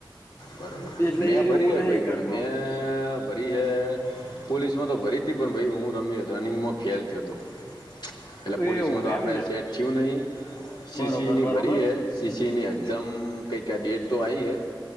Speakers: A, on the left (about 65°); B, on the left (about 40°).
A: બરોબર
B: એટલે
A: મેં
B: એ રહ્યું
A: ભરી
B: હું
A: હૈ
B: નહી
A: ભાઈ
B: કરતો
A: બન મેં ભરી હૈ પોલીસમાં તો ભરી તી પણ ભાઈ હું રમી રનિંગમાં ફેલ થયો તો એટલે
B: એવું
A: પોલીસમાં
B: હે
A: તો આપડે
B: એમને
A: સેટ થયું નહી સીસીની
B: બરોબર બરોબર
A: ભરીએે. એ સીસી ની એક્ઝામ કઈ ક ડેટ તો આઈ હૈ